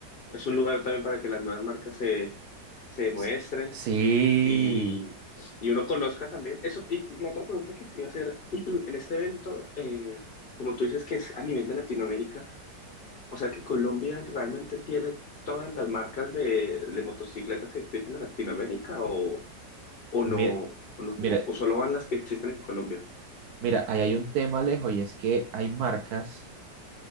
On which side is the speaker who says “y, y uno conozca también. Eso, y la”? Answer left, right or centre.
Left